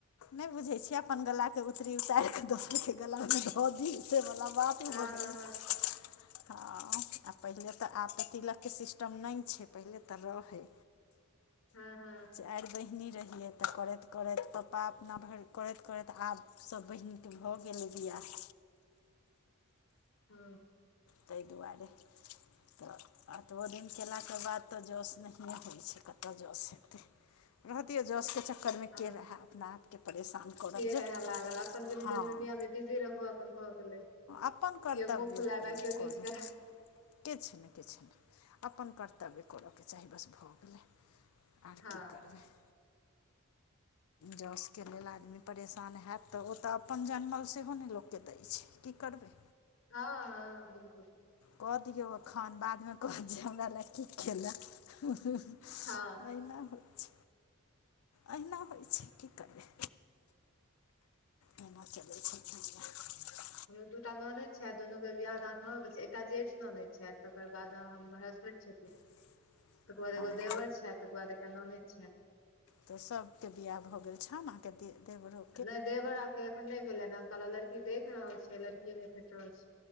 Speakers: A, on the left; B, on the left.
A: नहि बुझै छियै अपन गलाके उतरी उतार कऽ दऽ गलामे धऽ दी उसैवला बात। ओहो
B: हँ
A: गेले
B: हँ
A: हा आ पहिले तऽ आब तऽ तिलके सिस्टम नहि छैय पहिले तऽ रहै।
B: हा हा
A: चारि बहिनी रहियै तऽ करैत करैत पप्पा अपना भरि करैत करैत आब सभ बहिनके भऽ गेलै वियाह
B: हा
A: तै दुआरे तऽ एतबो दिन कयलाके बाद तऽ जस नहि होई छैय कतय जस हेतै। रहतियै जस के चक्करमे
B: हँ
A: के रहै अपना आप के परेशान को
B: के
A: नै
B: रहे
A: जो
B: लागल अपन दिन
A: हाँ
B: दिन दुनिया मे बिजी रहू अपन भऽ गेलै
A: अपन कर्तव्य
B: केओ मुँह फुला दे केओ
A: करब
B: किछु करै
A: किछ नहि किछ नहि। अपन कर्तव्य करयके चाही बस भऽ गेलै आर
B: हँ
A: कि करबै <inaudible> जसके लेल आदमी परेशान हयैत तऽ ओ तऽ अपन जनमल सेहो नहि लोग के दै छैय। कि करबै
B: हाँ हाँ बिल्कूल
A: कऽ दियौ एखन बादमे कहत जै हमरा लेए कि केलय
B: हा
A: एहिना हो छै एहिना होई छैय कि करबे ऐहना चलै छैय दुनिया।
B: हमरो दू टा ननद छथि दुनूके वियह दान भऽ गेल छैय एकटा जेठ ननने छथि तकर बाद हमर हसबैड छथिन
A: <inaudible>
B: तकर बाद
A: हँ
B: एगो देवर छथिन तकर बाद एकटा ननद छथि
A: तऽ सभके वियाह भऽ गेल छौ ने के दे देबड़ो।
B: नहि देवर आबके एखन नहि भेलै हन आब लड़की देख रहल छै लड़किए नहि भेट रहल छै